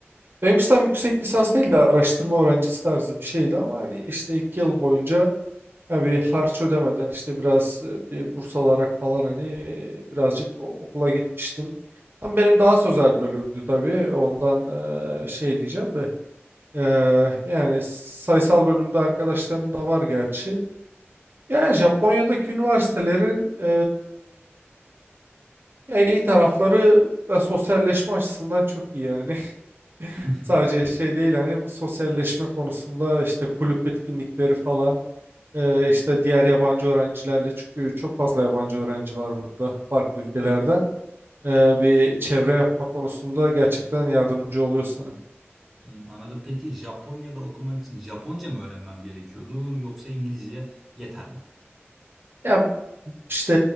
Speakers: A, on the right; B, in the centre.
A: Benimkisi tam yüksek lisans değil de araştırma öğrencisi tarzı bir şeydi ama hani işte iki yıl boyunca Ya bir harç ödemeden işte biraz e, bir burs alarak falan hani e, birazcık o- okula gitmiştim. Ama benim daha sözel bölümdü tabii. Ondan e, şey diyeceğim de e, yani sayısal bölümde arkadaşlarım da var gerçi. Yani Japonya'daki üniversitelerin e, ya iyi tarafları ve sosyalleşme açısından çok iyi yani.
B: <laughs>
A: Sadece şey değil hani bu sosyalleşme konusunda işte kulüp etkinlikleri falan e, işte diğer yabancı öğrencilerle çünkü çok fazla yabancı öğrenci var burada farklı ülkelerden E, bir çevre yapma konusunda gerçekten yardımcı oluyor sana.
B: Hmm, anladım. Peki Japonya'da okumak için Japonca mı öğrenmem gerekiyordur yoksa İngilizce yeter mi?
A: Ya işte